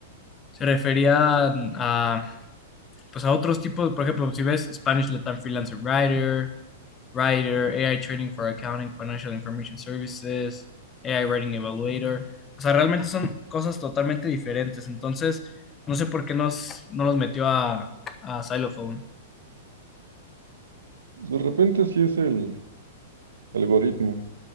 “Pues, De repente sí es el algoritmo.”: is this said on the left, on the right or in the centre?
Right